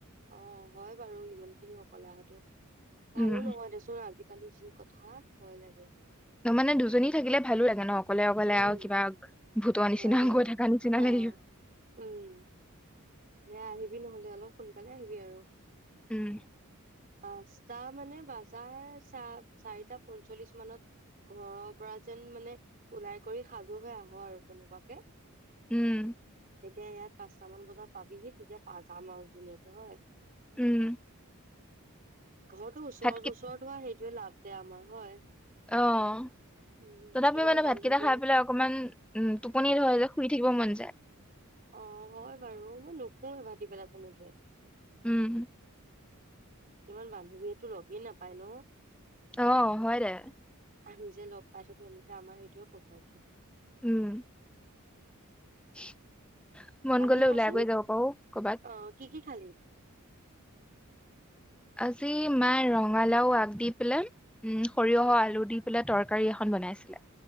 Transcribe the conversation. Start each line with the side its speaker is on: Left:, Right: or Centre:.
Right: অঁ হয় বাৰু ইমানখিনি খিনি অকলে অহাটো। ভালো
Centre: উম
Right: নহয়, দেচোন আজি কালি যি কথা ভয় লাগে।
Centre: ত' মানে দুজনী থাকিলে ভালো লাগে ন। অকলে - অকলে
Right: উম
Centre: আৰু কিবা। ভূতৰ নিচিনা
Right: হয় দে
Centre: গৈ থকা নিচিনা
Right: হহ,
Centre: লাগিব
Right: উম। হে আহিবি নহলে অলপ সোনকালে আহিবি আৰু।
Centre: উম,
Right: পাঁচটা মানে বজাৰ চা চাৰিটা পঞ্চল্লিশ মানত ঘৰৰ পৰা যেন মানে ওলাই কৰি সাজু হৈ আহ আৰু তেনেকুৱাকে।
Centre: উম,
Right: তেতিয়া ইয়াত পাঁচটা মান বজাত পাবিহি তেতিয়া পা যাম আৰু ধুনীয়াকে হয়।
Centre: উম।
Right: ঘৰটো ওচৰত
Centre: ভাতকেই
Right: - ওচৰত হোৱা সেইটোৱে লাভ আমাৰ হয়।
Centre: অহ ',
Right: উম
Centre: তথাপি
Right: কিমান
Centre: মানে
Right: বান্ধৱীয়ে
Centre: ভাতকেইটা খাই পেলাই অকমান উম, টোপনি ধৰে যে শুই থাকিব মন যায়।
Right: অহ ', হয় বাৰু মই নুশুৱেই ভাতি বেলা তেনেকে।
Centre: উম,
Right: ইমান বান্ধৱীয়েতো লগেই নাপায় ন।
Centre: অহ ', হয় দে।
Right: আমি যে লগ পাই থাকো এনেকে আমাৰ সেইটোৱে সৌভাগ্য।
Centre: উম, <inaudible> মন
Right: বাকী
Centre: গলে
Right: কচোন
Centre: ওলাই কৰি যাব পাৰো কৰ'বাত
Right: অহ', কি - কি খালি?
Centre: আজি মায় ৰঙালাও আগ দি পেলাই উম, সৰিয়হৰ
Right: উম
Centre: আলু দি পেলাই তৰকাৰী। কাৰী এখন বনাইছিলে।